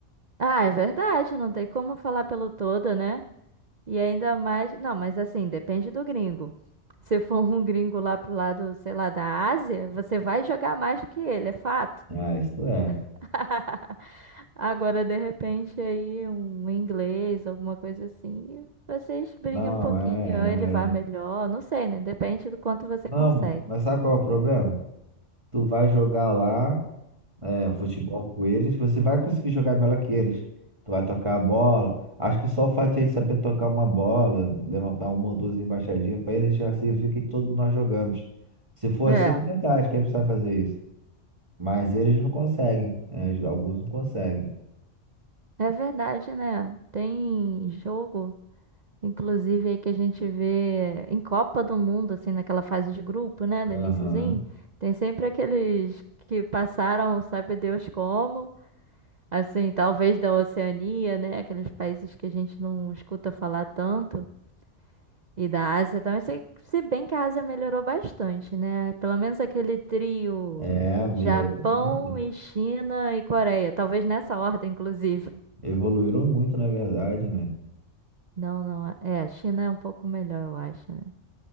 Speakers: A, on the right (about 45°); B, on the right (about 25°).
A: Ah, é verdade, não tem como falar pelo todo, né? E ainda mais. Não, mas assim, depende do gringo. Se for um gringo lá pro lado, sei lá, da Ásia, você vai jogar mais do que ele, é fato.
B: Ah, isso é.
A: <laughs> Agora, de repente, aí um inglês, alguma coisa assim, vocês brigam
B: Não,
A: um pouquinho,
B: é,
A: ou ele
B: é,
A: vai
B: a gente-
A: melhor, não sei, né? Depende do quanto você
B: Não,
A: consegue.
B: mas sabe qual é o problema? Tu vai jogar lá. é, futebol com eles, você vai conseguir jogar melhor que eles. Tu vai tocar a bola. Acho que só o fato de a gente saber tocar uma bola, levantar uma ou duas embaixadinhas, para eles já significa que todos nós jogamos. Se for
A: É,
B: assim, é verdade, quem não sabe fazer isso? Mas eles não conseguem, né? Alguns não conseguem.
A: é verdade, né? Tem jogo. Inclusive aí que a gente vê em Copa do Mundo, assim, naquela fase de grupo, né, do
B: Aham.
A: iniciozinho, tem sempre aqueles que passaram, sabe Deus como, assim, talvez da Oceania, né, aqueles países que a gente não escuta falar tanto, e da Ásia também, se, se bem que a Ásia melhorou bastante, né, pelo menos aquele trio
B: É, melhorou
A: Japão
B: muito.
A: e China e Coreia, talvez nessa ordem, inclusive.
B: Evoluíram muito, na verdade, né?
A: Não, não, é, a China é um pouco melhor, eu acho. né.